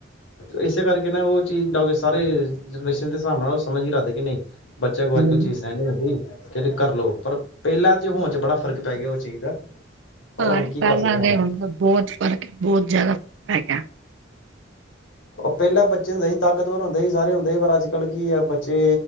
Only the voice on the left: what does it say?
ਇਸੇ ਕਰਕੇ ਨਾ ਉਹ ਚੀਜ਼ ਸਾਰੇ ਜਨਰੇਸ਼ਨ ਦੇ ਹਿਸਾਬ ਨਾਲ ਉਹ ਸਮਝ ਕੇ ਰੱਖਦੇ ਕਿ ਨਹੀਂ ਬੱਚਿਆਂ ਕੋਲ
ਅੱਜ ਕਲ ਚੀਜ਼ ਸਹਿਣ ਨੀ ਦਿੰਦੀ। ਕਹਿੰਦੇ ਕਰਲਓ ਪਰ ਪਹਿਲਾਂ ਚ ਹੋਣ ਚ ਬੜਾ ਫ਼ਰਕ ਪੈ ਗਿਆ ਉਹ ਚੀਜ਼ ਦਾ। ਪਰ
ਹੁਣ ਕੀ
ਕਰ ਸਕਦੇ ਹਾਂ
ਉਹ ਪਹਿਲਾਂ ਬੱਚੇ ਹੁੰਦੇ ਸੀ ਤਾਕਤਵਰ ਹੁੰਦੇ ਸੀ ਸਾਰੇ ਹੁੰਦੇ ਸੀ ਪਰ ਅੱਜ ਕੱਲ ਕੀ ਆ ਬੱਚੇ